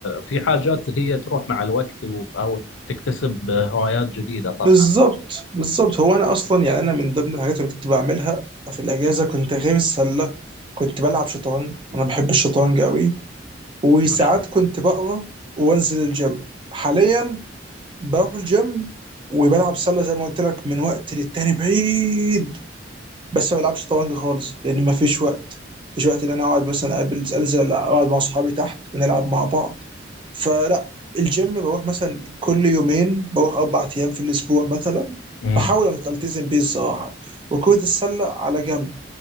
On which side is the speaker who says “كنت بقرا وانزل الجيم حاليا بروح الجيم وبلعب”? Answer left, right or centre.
Right